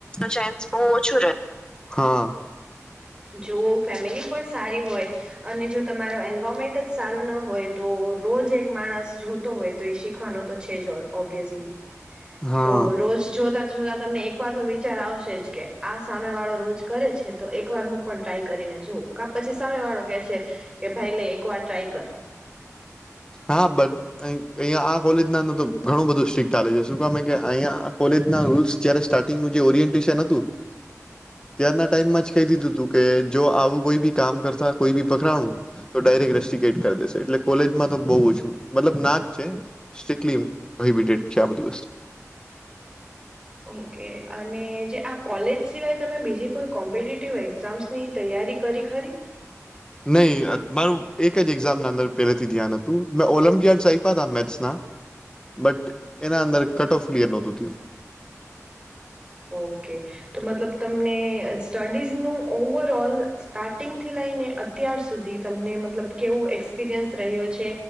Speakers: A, on the left; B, on the right.
A: ચાન્સ બહુ ઓછો રહે હા.
B: જો ફેમિલી પણ સારી હોય અને જો તમારે એન્વાયરમેન્ટ જ સારો ના હોય તો રોજ એક માણસ જોતો હોય તો એ શીખવાનો તો છે જ ઓબ્વિયસલી.
A: હા
B: રો રોજ જોતા તો જોતા તમને એક વાર તો વિચાર આવશે કે આ સામે વાળો રોજ કરે છે તો એક વાર હું પણ ટ્રાય કરીને જુવો કાં પછી સામે વાળો કે સે કે ભાઈ લે એક વાર ટ્રાય કર.
A: હા બ અહીંયા આ કોલેજ ના માં તો ઘણું બધું સ્ટ્રિક ચાલે છે, શું કામે કે અહીયાં કોલેજના રૂલ્સ જયારે સ્ટાર્ટિંગનું જે ઓરિયન્ટેશન હતું ત્યારના ટાઈમમાં જ કઈ દીધું તુ કે જો આવું કોઈ બી કામ કરતા કોઈ બી પકરાણું તો ડાયરેક્ટ રસ્ટિગેટ કરી દેશે એટલે કોલેજમાં તો બઊ જ મતલબ ના જ છે, સ્ટ્રીકલી પ્રોહિબીટેડ છે, આ બધી વસ્તુ
B: ઓ કે અને જે આ કોલેજ સિવાય તમે બીજી કોઈ કોમ્પિટ કેવુ એક્ઝામસની તૈયારી કરી ખરી?
A: નહઈ મારું એક જ એક્ઝામના અંદર પહેલાથી ધ્યાન હતું, મેં ઓલિમ્પિયાડ્સ આય્પા તા મેથ્સના બટ એના અંદર કટ ઓફ ક્લિયર નહોતું થ્યું.
B: ઓ કે તો મતલબ તમને સ્ટડીઝનું ઓવરઓલ સ્ટાર્ટિંગથી લઈને અત્યાર સુધી તમને મતલબ કેવું એક્સપિરિયન્સ રહ્યો છે